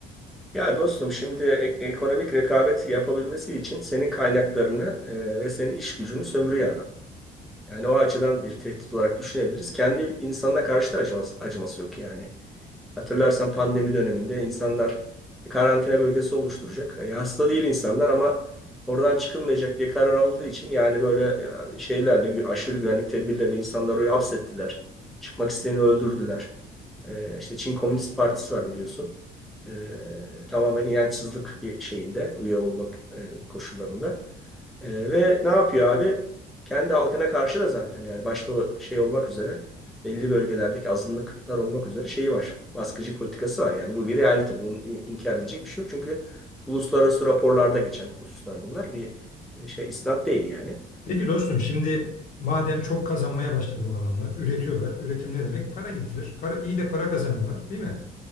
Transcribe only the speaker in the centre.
ya dostum şimdi e- ekonomik rekabet yapabilmesi için senin kaynaklarını e, ve senin iş gücünü sömürüyor adam. Yani o açıdan bir tehdit olarak düşünebiliriz. Kendi insanına karşı da acıması, acıması yok yani. Hatırlarsan pandemi döneminde insanlar e, karantina bölgesi oluşturacak. E, hasta değil insanlar ama oradan çıkılmayacak diye karar aldığı için yani böyle e, şeylerle gü- aşırı güvenlik tedbirleriyle insanları oraya hapsettiler. Çıkmak isteyeni öldürdüler. E, işte Çin Komünist Partisi var biliyorsun. E, tamamen inançsızlık bir şeyinde üye olmak e, koşullarında. Ee, ve ne yapıyor abi? Kendi halkına karşı da zaten yani başta o şey olmak üzere belli bölgelerdeki azınlıklar olmak üzere şeyi var. Baskıcı politikası var yani bu bir realite. Bunun in- inkar edilecek bir şey yok. Çünkü uluslararası raporlarda geçen hususlar bunlar. Bir e, şey isnat değil yani.